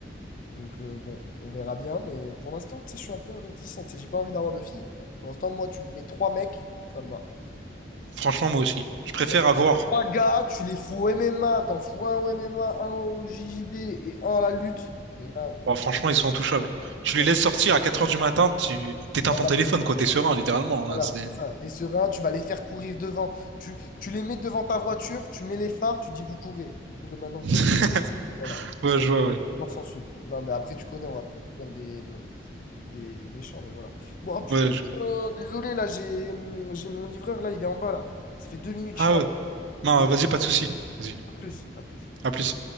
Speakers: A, on the left (about 45°); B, on the right (about 70°).
A: Donc euh, bon, on verra bien, mais pour l'instant, tu sais, je suis un peu réticent, tu sais, j'ai pas envie d'avoir de filles. Pour l'instant, moi, tu me mets trois mecs, ça me va.
B: Franchement, moi aussi. Je préfère
A: Bon,
B: avoir.
A: Trois gars, tu les fous au MMA, t'en fous un au MMA, un au JJB et un à la lutte. Mais là,
B: Bon, franchement, ils sont intouchables. Tu
A: voilà,
B: les laisses sortir à 4 heures du matin, tu t'éteins
A: voilà,
B: ton téléphone, quoi. T'es serein, littéralement.
A: voilà,
B: là, c'est...
A: c'est ça. T'es serein, tu vas les faire courir devant. Tu, tu les mets devant ta voiture, tu mets les phares, tu dis vous courez. Vous courez maintenant,
B: <laughs>
A: vous arrêtez. Voilà.
B: Ouais,
A: Les
B: je vois, ouais.
A: morts s'en suivent. Non, mais après, tu connais, on va faire des, mm, des méchants, mais voilà. Bon, ah, putain,
B: Ouais, je-
A: désolé, là, j'ai mm, j'ai mon livreur, là, il est en bas, là. Ça fait deux minutes
B: Ah
A: qu'il m'attend.
B: ouais. Non,
A: Désolé.
B: vas-y, pas de souci. Vas-y.
A: À plus, à plus.
B: À plus.